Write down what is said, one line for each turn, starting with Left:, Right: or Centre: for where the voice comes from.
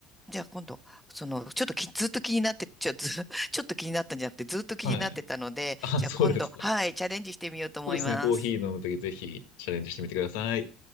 Centre: じゃあ今度、その、ちょっとき、ずっと気になって、ちょ、ず、<laughs> ちょっと気になったんじゃなくて、ずっと気になってたので、
Left: はい。あ、
Centre: じゃあ今度、
Left: そうですか。
Centre: はい、
Left: そ
Centre: チャレンジしてみようと思います。
Left: うですね、コーヒー飲むときぜひチャレンジしてみてください。